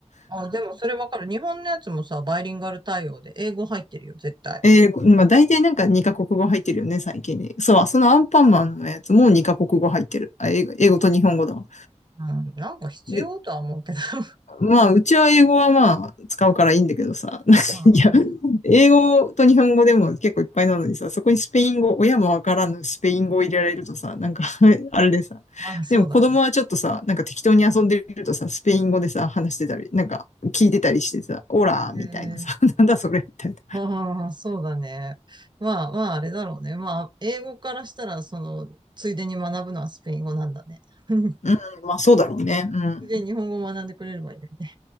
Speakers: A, on the right; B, on the left.
A: あ、でもそれわかる。日本のやつもさ、バイリンガル対応で英語入ってるよ、絶対。
B: えー、まあ大体なんか2カ国語入ってるよね、最近に。そう、そのアンパンマンのやつも2カ国語入ってる。あ、英語、英語と日本語だわ。
A: うん、なんか必要とは思うけど。
B: で、
A: <laughs>
B: まあ、うちは英語はまあ、使うからいいんだけどさ、<laughs> なんか、
A: うん
B: いや、英語と日本語でも結構いっぱいなのにさ、そこにスペイン語、親もわからぬスペイン語を入れられるとさ、なんか <laughs> あれでさ、
A: まあ、そうだね。
B: でも子供はちょっとさ、なんか適当に遊んでるとさ、スペイン語でさ、話してたり、なんか聞いてたりしてさ、オラーみたいなさ、
A: えー
B: <laughs> なんだそれみたいな。
A: ああ、そうだね。まあまあ、あれだろうね。まあ、英語からしたら、その、ついでに学ぶのはスペイン語なんだね。<laughs>
B: うん、まあそうだろうね。うん。
A: ついでに日本語を学んでくれればいいのにね。